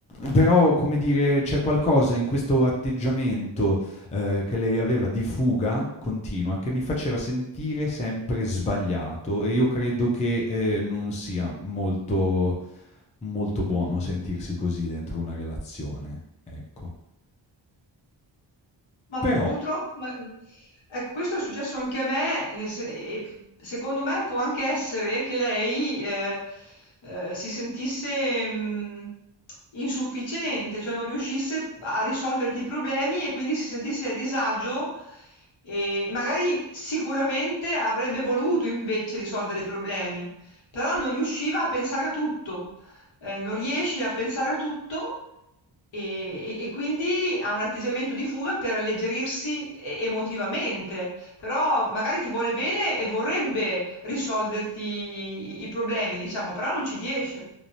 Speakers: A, on the left; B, on the left.
A: però, come dire, c'è qualcosa in questo atteggiamento, eh, che lei aveva di fuga continua che mi faceva sentire sempre sbagliato e io credo che eh, non sia molto, molto buono sentirsi così dentro una relazione. Ecco.
B: Ma
A: Però
B: pu purtroppo ma mhmm, ecco questo è successo anche a me, nel se e secondo me può anche essere che lei, ehm, ehm, si sentisse, mhmm, insufficiente, cioè non riuscisse a risolverti i problemi e quindi si sentisse a disagio e magari sicuramente avrebbe voluto invece risolvere i problemi, però non riusciva a pensare a tutto. Ehm, non riesci a pensare a tutto e e e quindi ha un atteggiamento di fuga per alleggerirsi e emotivamente, però magari ti vuole bene e vorrebbe risolverti i i i problemi, diciamo, però non ci riesce.